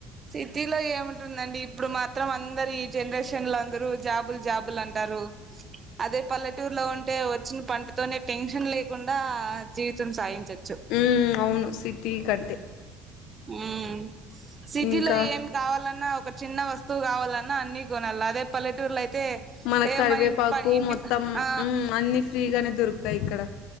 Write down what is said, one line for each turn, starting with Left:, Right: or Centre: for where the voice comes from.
Right: సిటీలో ఏముంటుందండి ఇప్పుడు మాత్రం అందరు ఈ జనరేషన్ లో అందరు జాబులు జాబులు అంటారు అదే పల్లెటూరులో ఉంటే వచ్చిన పంటతోనే టెన్షన్ లేకుండా జీవితం సాగించచ్చు
Left: ఉ అవును సిటీ కంటే
Right: ఉ సిటీ
Left: ఇంకా
Right: లో ఏం కావాలన్నా ఒక చిన్న వస్తువు కావాలన్నా అన్ని కొనాలి అదే పల్లెటూరులో అయితే
Left: మన
Right: ఏ
Left: కరివేపాకు
Right: ఇ ఇంటి
Left: మొత్తం
Right: ఆ
Left: ఉ అన్ని ఫ్రీగానే దొరుకుతాయి ఇక్కడ